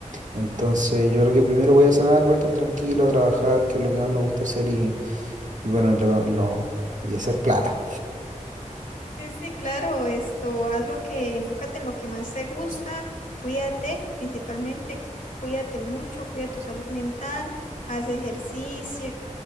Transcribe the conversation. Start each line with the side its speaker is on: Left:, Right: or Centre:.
Right: Entonces, yo creo que primero voy a sanar, voy a estar tranquilo, a trabajar, que es lo que más me gusta hacer y y bueno, lo, lo- y hacer plata.
Left: Sí, sí, claro, esto, haz lo que, enfócate en lo que más te gusta, cuídate, principalmente, cuídate mucho, cuida tu salud mental, haz ejercicio,